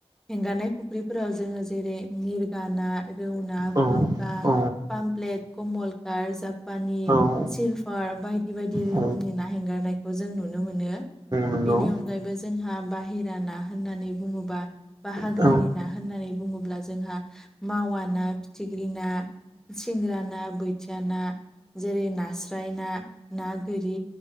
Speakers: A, in the centre; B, on the right.
A: हेंगारनाय फुख्रिफोराव जोङो जेरै मिरगा ना, रौ ना
B: औ
A: खौ बा
B: औ
A: पामप्लेट, कमलकात, जापानि,
B: औ
A: सिलभार बाय दि बायदि
B: औ
A: रोखोमनि ना हेंगारनायखौ जों नुनो मोनो।
B: नंगौ
A: बेनि अनगायैबो जोंहा बाहेरा ना होननानै बुङोबा बा हाग्रानि
B: औ
A: ना होननानै बुङोब्ला जोंहा मावा ना, फिथिख्रि ना सिंग्रा ना, बैथिया ना जेरै नास्राय ना ना गोरि